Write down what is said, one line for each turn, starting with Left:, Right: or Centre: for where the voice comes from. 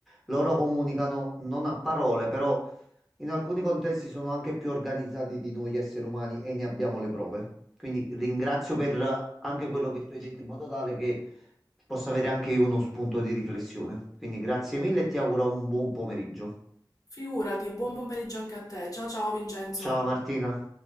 Centre: loro comunicano non a parole, però in alcuni contesti sono anche più organizzati di noi esseri umani e ne abbiamo le prove. Quindi ringrazio per anche quello che tu hai detto in modo tale che possa avere anche io uno spunto di riflessione. Quindi grazie mille e ti auguro un buon pomeriggio.
Left: Figurati, buon pomeriggio anche a te. Ciao ciao Vincenzo.
Centre: Ciao Martina.